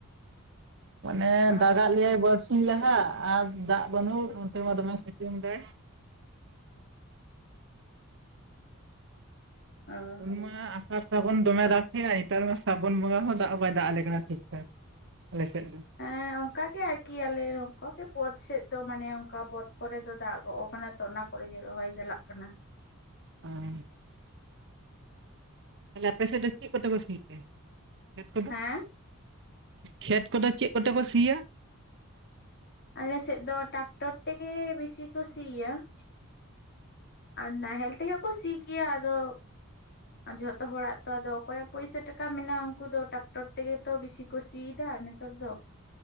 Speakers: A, on the right; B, on the left.
A: ᱢᱟᱱᱮ
B: ᱚ
A: ᱫᱟᱜᱟᱜ ᱞᱮᱭᱟᱭ ᱵᱟᱨᱥᱤᱧ ᱞᱟᱦᱟ, ᱟᱨ ᱫᱟᱜ ᱵᱟᱹᱱᱩᱜ ᱚᱱᱛᱮ ᱢᱟ ᱫᱚᱢᱮ ᱥᱤᱛᱩᱝ ᱫᱟᱭ ᱾
B: ᱚ
A: ᱩᱱᱢᱟ ᱟᱥᱟᱲ ᱥᱟᱵᱚᱱ ᱫᱚᱢᱮ ᱫᱟᱜ ᱛᱮᱦᱮᱸᱜᱟᱭ ᱱᱮᱛᱟᱨ ᱢᱟ ᱥᱟᱵᱚᱱ ᱵᱚᱸᱜᱟ ᱦᱚᱸ ᱫᱟᱜ ᱦᱚᱸ ᱵᱟᱭ ᱫᱟᱜ ᱟᱞᱮ ᱠᱟᱱᱟ ᱴᱷᱤᱠ ᱴᱷᱟᱠ ᱾ ᱟᱞᱮ ᱥᱮᱫ ᱫᱚ ᱾
B: ᱦᱮᱸ ᱚᱱᱠᱟ ᱜᱮ ᱟᱨᱠᱤ ᱟᱞᱮ ᱱᱚᱝᱠᱟ ᱜᱮ ᱵᱚᱫ ᱥᱮᱫ ᱫᱚ ᱢᱟᱱᱮ ᱚᱝᱠᱟ ᱵᱚᱫ ᱠᱚᱨᱮ ᱫᱚ ᱫᱟᱜ ᱜᱚᱜ ᱠᱟᱱᱟ ᱾ ᱛᱚ ᱚᱱᱟ ᱠᱚᱨᱮ ᱜᱮ ᱨᱚᱦᱚᱭ ᱪᱟᱞᱟᱜ ᱠᱟᱱᱟ ᱾
A: ᱦᱩᱸ᱾ ᱛᱟᱦᱞᱮ ᱟᱯᱮ ᱥᱮᱫ ᱫᱚ ᱪᱮᱫ ᱠᱚᱛᱮ ᱠᱚ ᱥᱤ ᱜᱮᱭᱟ ᱠᱷᱮᱛ ᱠᱚᱫᱚ?
B: ᱦᱮᱸ
A: ᱠᱷᱮᱛ ᱠᱚᱫᱚ ᱪᱮᱜ ᱠᱚᱛᱮ ᱠᱚ ᱥᱤᱭᱟ?
B: ᱟᱞᱮᱥᱮᱫ ᱫᱚ ᱴᱟᱠᱴᱚᱨ ᱛᱮᱜᱮ ᱵᱤᱥᱤ ᱠᱚ ᱥᱤᱭᱟ ᱾ ᱟᱨ ᱱᱟᱦᱮᱞ ᱛᱮᱦᱚᱸ ᱠᱚ ᱥᱤ ᱜᱮᱭᱟ ᱟᱫᱚ ᱡᱷᱚᱛᱚ ᱦᱚᱲᱟᱜ ᱛᱚ ᱟᱫᱚ ᱚᱠᱚᱭᱟᱜ ᱯᱚᱭᱥᱟ ᱴᱟᱠᱟ ᱢᱮᱱᱟᱜᱼᱟ ᱩᱱᱠᱩ ᱫᱚ ᱴᱟᱠᱴᱚᱨ ᱛᱮᱜᱮ ᱛᱚ ᱵᱤᱥᱤ ᱠᱚ ᱥᱤᱭ ᱫᱟ ᱱᱮᱛᱟᱨ ᱫᱚ ᱾